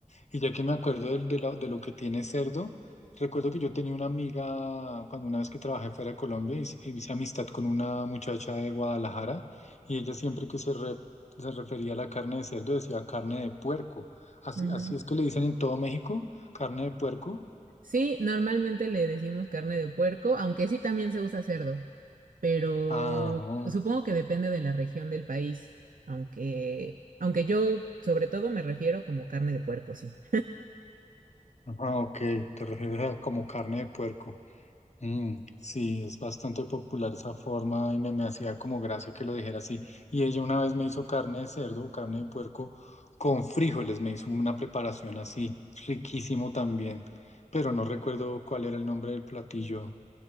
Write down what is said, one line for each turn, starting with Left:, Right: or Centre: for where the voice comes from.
Left: Y ya que me acuerdo del- de, la- de lo que tiene cerdo, recuerdo que yo tenía una amiga cuando una vez que trabajé fuera de Colombia hice, hice amistad con una muchacha de Guadalajara y ella siempre que se, re- se refería a la carne de cerdo decía carne de puerco. Así,
Right: ujú.
Left: así es que le dicen en todo México, carne de puerco.
Right: Sí, normalmente le decimos carne de puerco, aunque sí también se usa cerdo, pero
Left: Ah.
Right: supongo que depende de la región del país, aunque, aunque yo sobre todo me refiero como carne de puerco, sí.
Left: Ah, ok, te refieres a como carne de puerco. Mm, sí, es bastante popular esa forma y me, me hacía como gracia que lo dijera así. Y ella una vez me hizo carne de cerdo, carne de puerco con frijoles, me hizo una preparación así, riquísimo también, pero no recuerdo cuál era el nombre del platillo